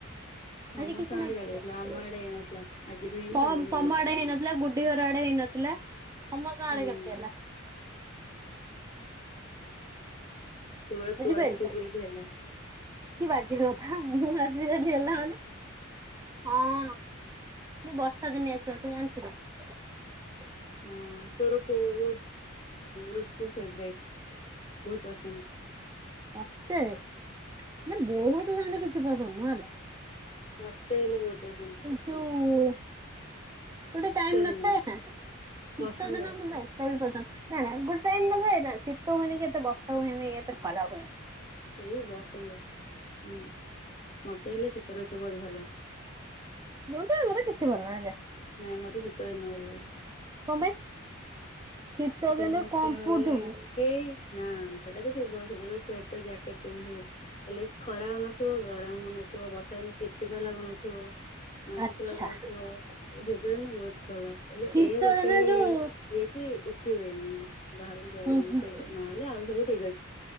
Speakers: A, on the left (about 30°); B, on the right (about 15°).
A: ସମସ୍ତଙ୍କ
B: ଆଜି କିଛି ନାହିଁ।
A: ଆଡେ କାଲି ହେଇଥିଲା ଆମ ଆଡେ ହେଇନଥିଲା ଆଜି ବି ହେଇନି
B: ତମ୍
A: କାଲି ବି
B: -ତମ ଆଡେ ହେଇନଥିଲା। ଗୁଡ୍ଡୀ ଘର ଆଡେ ହେଇ ନଥିଲା। ସମସ୍ତଙ୍କ ଆଡେ
A: ହୁଁ।
B: କେମିତି ହେଲା?
A: କେବଳ
B: ବୁଝିପାଇଲ
A: ତୁ ଆସିଛୁ
B: ତ!
A: ବୋଲିକି ହେଲା
B: କି ବାଯେ ହୋ ଥା, ମୁଁହ ଭାସି <unintelligible> ହେଲା ମାନେ? ହଁ, ମୁଁ ବର୍ଷା ଦିନିଆ ଛୁଆ! ତୁ ଜାଣିଛୁ ନା?
A: ହଁ, ତୋର କୋଉ ଋ-ଋତୁ ଫେବ୍ ରାଇଟ? ବହୁତ ପସନ୍ଦ ।
B: ମତେ! ନା, ବହୁତ ସେମତି କିଛି ପସନ୍ଦ ନୁହଁ ହେଲା ।
A: ମତେ ହେଲେ ବହୁତ ପସନ୍ଦ ।
B: ଯୋଉ ଗୋଟେ ଟାଇମ୍ ନଥାଏ।
A: ଦିନ
B: ଶୀତ
A: ବସନ୍ତ
B: ଦିନ ହେଲା ଏତେ ବି ପଚନ୍ତ। ନା, ନା, ଗୋଟେ ଟାଇମ ନଥାଏ, ଶୀତ ହୁଏନି କି, ଏତେ ବର୍ଷା ହୁଏନି, କି ଏତେ ଖରା ହୁଏନି ।
A: ଏଇ ବସନ୍ତ ହୁଁ । ମତେ ହେଲେ, ଶୀତ ଋତୁ ବହୁତ ଭଲଲାଗେ ।
B: ସ୍ମୁତ <unintelligible> କିଛି ଭଲ <unintelligible> ଜା ।
A: ନାଇଁ, ମତେ ଶୀତ ଦିନ ଭଲ ଲାଗେ ।
B: କଁ ପାଇଁ? ଶୀତ
A: ଶୀତଦିନ
B: ଦିନେ
A: ଏଇଥିପାଇଁ
B: କମ୍ପୁଥିବୁ
A: ଭଲ ଲାଗେ ନାଁ! ସେଟା ତ ଥିବ ସେଠ୍ ଯେତେ ସ୍ୱେଟର, ଯ୍ୟାକେଟ୍ ପିନ୍ଧିବୁ ହେଲେ ଖରା ହଉନଥିବ, ଗରମ ହଉନଥିବ, ବର୍ଷା ଇନେ ଚିପ୍ ଚିପା ଲାଗୁନଥିବ ।
B: ଆଚ୍ଛା
A: କିଛି ଲାଗୁନଥିବ। ଶୀତ ଦିନେ ବହୁତ ଭଲ। ହେଲେ
B: ଶୀତ
A: ଏୟା ଗୋଟେ
B: ଦିନେ ଯୋଉ
A: ଇଏ କି ଉଠ୍ ଉଠି ହୁଏନି, ବାହାରକୁ ଯାଇ
B: ହୁଁ
A: ହୁଏନି,
B: ହୁଁ
A: ସେଇଟା ନହେଲେ ଆଉ ସବୁ ଠିକ୍ ଅଛି ।